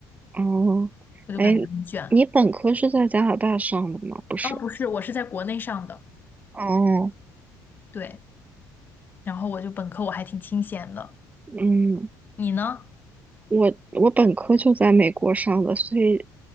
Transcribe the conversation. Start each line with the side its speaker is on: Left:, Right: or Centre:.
Right: 哦，
Left: 我就感觉很卷。
Right: 哎，你本科是在加拿大上的吗？不是。
Left: 啊。不是，我是在国内上的，
Right: 哦，
Left: 对，然后我就本科我还挺清闲的，
Right: 嗯，
Left: 你呢？
Right: 我我本科就在美国上的，所以，